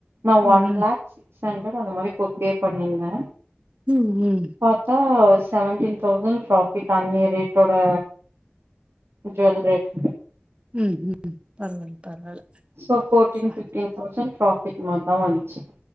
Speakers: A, on the right (about 85°); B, on the right (about 30°).
A: நா ஒன்
B: ம் ம்
A: லாக் சிக்ஸ் ஹண்ரட் அந்த மாரி போட்டு பே பண்ணிருந்த
B: ம் ம்
A: பாத்தா செவன்டீன் தௌசண்ட் பிராஃபிட் அன்னைய ரேட்டோட ஜுவல் ரேட்
B: ம் ம் பரவால்ல பரவால்ல
A: சோ ஃபோர்ட்டீன்
B: அ.
A: ஃப்டீன் தௌசண்ட் பிராட்பிட் மார்தா வஞ்சு